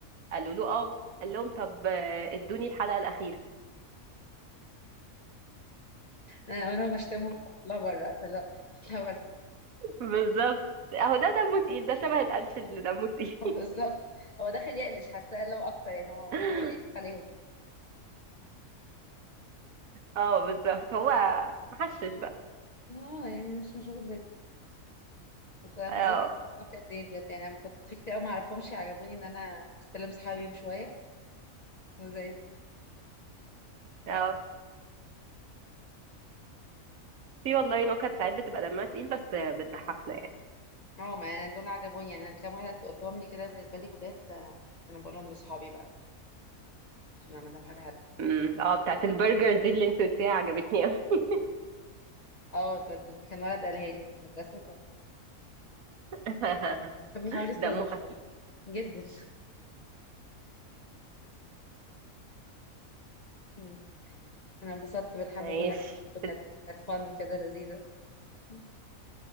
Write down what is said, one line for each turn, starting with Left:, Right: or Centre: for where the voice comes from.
Right: قالوا له اه قال لهم طب آه، ادوني الحلقة الأخيرة
Left: انا بشتمه لا بره لا لا بره
Right: <laughs> بالظبط اهو ده دمه تقيل ده شبه القلش اللي دمه تقيل
Left: <laughs> بالظبط هو داخل يقلش حاساه لو اكتر يعني هو
Right: <laughs>
Left: داخل يقلش عليهم
Right: اه بالظبط هو محشش بقى
Left: اه يعني مش مش واخد بالي بس انا انبسطت
Right: اه
Left: انبسطت قد ايه بجد يعني انا كنت في كتير قوي ما اعرفهمش عجبوني ان انا استلم صحابي بيهم شويه لذيذ
Right: اه في والله نكت ساعات بتبقى دمها تقيل بس بتضحكنا يعني
Left: اه ما يعني دول عجبوني يعني الكام واحد انت قلتهم لي كده بالنسبه لي جداد آه، انا بقولهم لاصحابي بقى عشان اعمل لهم حاجه حلوه
Right: أمم، اه بتاعت البرجر دي اللي انت قلتيها عجبتني قوي
Left: اه برضه دي كان ولد قالها لي في المدرسه ف-
Right: <laughs>
Left: كان بيحاول يستظرف
Right: دمه خفيف
Left: شويه جدا <laughs> انا انبسطت بالحبة
Right: <laughs> ماشي
Left: دول كانت كانت فن كده لذيذة مم.